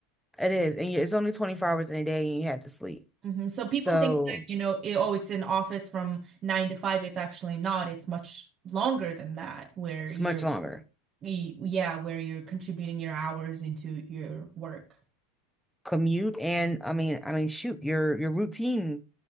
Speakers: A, in the centre; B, on the right.
A: It is. And you, it's only 24 hours in a day and you have to sleep.
B: hmm So people
A: So
B: think that, you know, it, oh, it's an office from nine to five. It's actually not. It's much longer than that, where
A: It's
B: you're,
A: much longer.
B: y- yeah, where you're contributing your hours into your work.
A: Commute and I mean, I mean, shoot, your your routine